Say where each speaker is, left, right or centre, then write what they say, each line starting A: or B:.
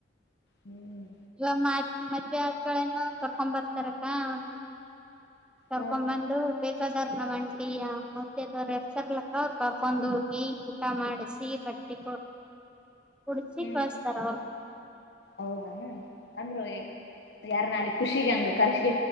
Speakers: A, on the left; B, in the centre.
A: ಹ್ಮ್
B: ಇ ಮದ್ೆಗಳೇನು ಕರ್ಕೊಂಡ್ ಬರ್ತಾರಕ್ಕ ಒಂದು ಕರ್ಕೊ್
A: ಹ
B: ಬಂದು ಬೇಕಾದಾರ್ ನಾವ್ ಒಂಟಿ ಆ ಮತ್ತೆದವ್ರ ಎರ್ಸರ್ಲಕ್ಕ ಅವರು ಕಾಕೊಂಡ್ ಹೋಗಿ ಊಟ ಮಾಡಿಸಿಿ ಬಟ್ಟಿ ಕುಡಚಿ
A: ಹ್ಮ್
B: ಕಸ್ಟ್ ತರ
A: ಹೌದಾನ ಅಂದ್ರರು ಯಾರ ನಾಲಿ ಖುಷಿಿಗೆ ಅಂಗ ಕರ್್